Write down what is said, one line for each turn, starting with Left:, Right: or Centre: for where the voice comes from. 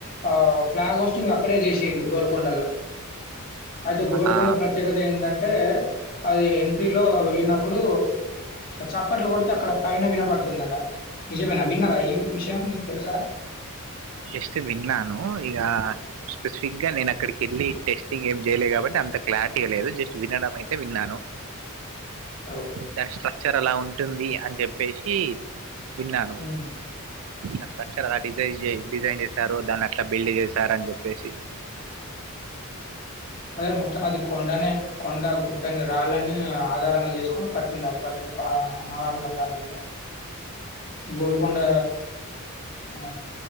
Left: ఆ ఫ్లాగ్ హోస్టింగ్ అక్కడే చేసేది గోల్కొండలో అయితే గోల్కొండ
Right: ఆ!
Left: ప్రత్యేకత్ ఏంటంటే అది ఎంట్రీలో వెళ్ళినప్పుడు చప్పట్లు కొడితే అక్కడ పైన వినబడుతుందట నిజమేనా విన్నారా ఈ విషయం మీకు తెలుసా
Right: జస్ట్ విన్నాను ఇక స్పెసిఫిక్గా నేను అక్కడికి వెళ్ళి టెస్టింగ్ ఏం చేయలేదు కాబట్టి అంత క్లారిటీ లేదు జస్ట్ వినడం అయితే విన్నాను.
Left: ఓకే.
Right: దాని స్ట్రక్చర్ ఎలా ఉంటు టుంది అని చెప్పేసి విన్నాను
Left: హ్మ్.
Right: ఆ స్ట్రక్చర్ డిజైన్ చే డిజైన్ చేశారు దాన్ని అట్లా బిల్డ్ చేశారని చెప్పేసి
Left: అదే మొత్తం అది కొండనే కొండ గుట్టని రాలని ఆధారంగా చేసుకొని కట్టుటికుడు అప్పట్లో ఆ నవాబుల కాలంలో గోల్కొండ ఆ